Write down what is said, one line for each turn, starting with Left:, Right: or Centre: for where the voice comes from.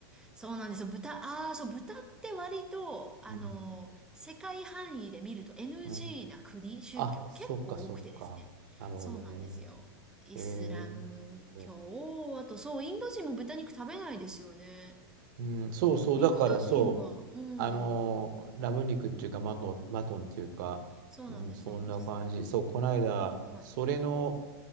Centre: そうなんですよ。豚、ああ、そう、豚って割と、あのー世界範囲で見ると
Right: うん
Centre: NG
Right: うん
Centre: な国、宗教結構多くてですね。
Right: あ、そっかそっか。なるほどね。
Centre: そうなんですよ。イスラム教、
Right: えー、そ
Centre: あとそう、インド人も豚肉食べないですよね。
Right: う、うん、そうそう、
Centre: インド人は、
Right: だからそう、
Centre: うん、
Right: あのーラム肉っていうかマトン、マトンっていうか、
Centre: そうなんです、
Right: うん、そんな感じ。
Centre: そうなんです。
Right: そう、この間それの
Centre: はい。